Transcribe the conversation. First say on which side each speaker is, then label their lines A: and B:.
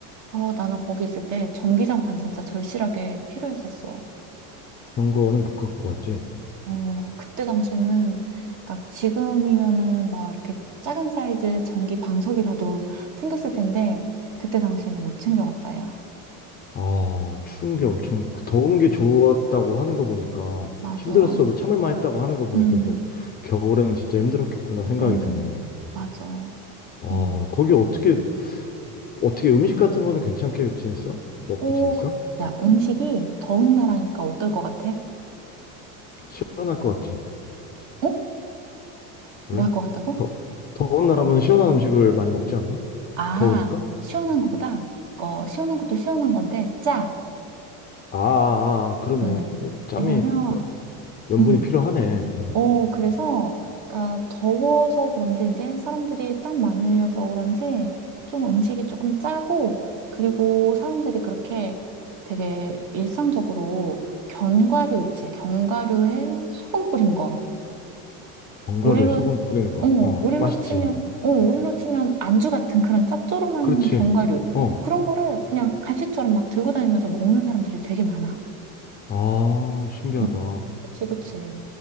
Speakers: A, on the right; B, on the left.
A: 어, 나는 거기 있을 때 전기장판 진짜 절실하게 필요했었어.
B: 그런 거는 못 갖고 가지.
A: 어, 그때 당시에는, 그러니까 지금이면은 막 이렇게 작은 사이즈 전기 방석이라도 챙겼을 텐데, 그때 당시에는 못 챙겨갔다, 야.
B: 아, 추운 게 엄청, 그 더운 게 좋았다고 하는 거 보니까,
A: 맞아.
B: 힘들었어도 참을 만했다고 하는 거 보니까,
A: 음,
B: 진짜, 겨울에는 진짜 힘들었겠구나 생각이
A: 어,
B: 드네.
A: 맞아.
B: 아,
A: 음.
B: 거기 어떻게, 어떻게 음식 같은 거는 괜찮게 지냈어? 먹고
A: 오,
B: 지냈어?
A: 야, 음식이 더운 나라니까 어떨 것 같아?
B: 시원할 것 같지?
A: 어?
B: 왜?
A: 뭐 할 것 같다고?
B: 더, 더운 나라면 시원한 음식을 많이 먹지 않나?
A: 아,
B: 더우니까?
A: 시원한 거보다, 어, 시원한 것도 시원한 건데, 짜.
B: 아, 아, 아, 그러네.
A: 음,
B: 어, 짬이,
A: 왜냐면,
B: 여- 연분이
A: 음.
B: 필요하네. 음.
A: 어, 그래서, 그러니까 더워서 그런지 이제 사람들이 땀 많이 흘려서 그런지 좀 음식이 조금 짜고, 그리고 사람들이 그렇게 되게 일상적으로 견과류 있지, 견과류에 소금 뿌린 거.
B: 견과류에
A: 우리로,
B: 소금 뿌린 거.
A: 어, 우리로
B: 어, 맛있지.
A: 치면, 어, 우리로 치면 안주 같은 그런 짭조름한
B: 그렇지.
A: 견과류.
B: 어.
A: 그런 거를 그냥 간식처럼 막 들고 다니면서 먹는 사람들이 되게 많아.
B: 아, 신기하다.
A: 음, 그치, 그치.